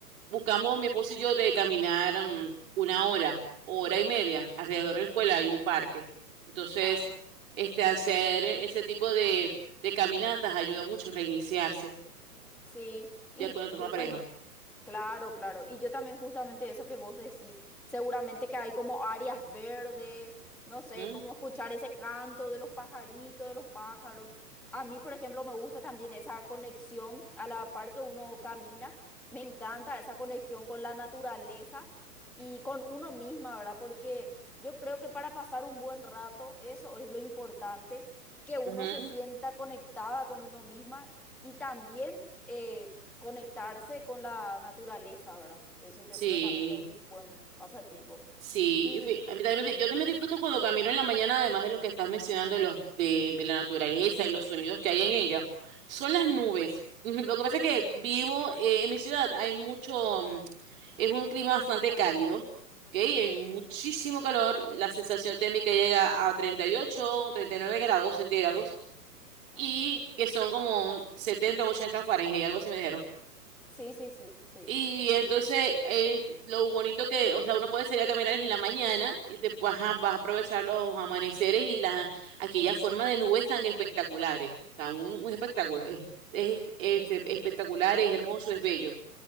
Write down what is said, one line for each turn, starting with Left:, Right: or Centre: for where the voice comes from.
Right: buscamos mi esposo y yo de caminar mm, una hora, hora y media, alrededor de la escuela hay un parque. Entonces,
Centre: a,
Right: este, hacer ese tipo de, de caminatas ayuda mucho a reiniciarse,
Centre: Sí, y
Right: ya con, con
Centre: yo
Right: la pareja.
Centre: también, claro, claro, y yo también justamente eso que vos decís, seguramente que hay como áreas verdes, no sé,
Right: Ujú,
Centre: como escuchar ese canto de los pajaritos, de los pájaros. A mí, por ejemplo, me gusta también esa conexión a la par que uno camina, me encanta esa conexión con la naturaleza y con uno misma, ¿verdad? Porque yo creo que para pasar un buen rato, eso es lo importante, que uno
Right: ujú,
Centre: se sienta conectada con uno misma y también eh, conectarse con la naturaleza, ¿verdad? Eso yo
Right: Sí.
Centre: creo también que es un buen pasatiempo.
Right: Sí,
Centre: Y
Right: y fi- a mí también me- yo también disfruto cuando camino en la mañana, además de lo que estás mencionando, los de, de la naturaleza y los sonidos que hay en ella. Son las nubes. <laughs> Lo que pasa es que vivo eh, en mi ciudad, hay mucho, mm, es un clima bastante cálido, ¿ok? Hay muchísimo
Centre: sí,
Right: calor, la sensación térmica llega a 38 o 39 grados centígrados
Centre: ah,
Right: y que son como 70 o 80 Fahrenheit, algo así me dijeron.
Centre: sí, sí, sí, sí.
Right: Y entonces,
Centre: Sí,
Right: eh, lo bonito que, o sea, uno puede salir a caminar en la mañana y te vas a, vas a aprovechar los amaneceres y las aquellas formas de nubes tan espectaculares. O sea, un, un espectáculo. Es, es, este, espectacular, es hermoso, es bello.